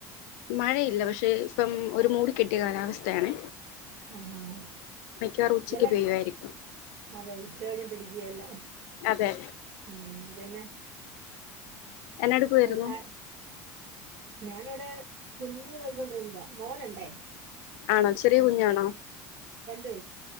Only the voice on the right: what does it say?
ആഹ് ആഹ്
ഇന്നലെ
അതെ ഉച്ച കഴിഞ്ഞിട്ടിരി ഇല്ലല്ല
ഉം പിന്നെ
ആ <unintelligible> ഞാനിവിടെ കുഞ്ഞിനെ നോക്കിക്കോണ്ടിരുന്നതാ മോന് ണ്ടേ
രണ്ട് വയ